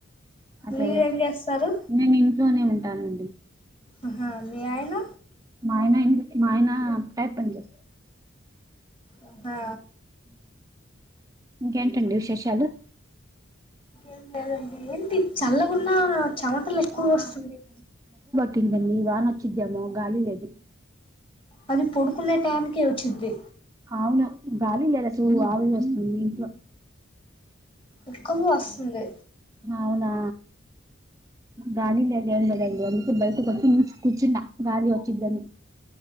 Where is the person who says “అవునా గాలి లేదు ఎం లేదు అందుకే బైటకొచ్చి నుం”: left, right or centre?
Right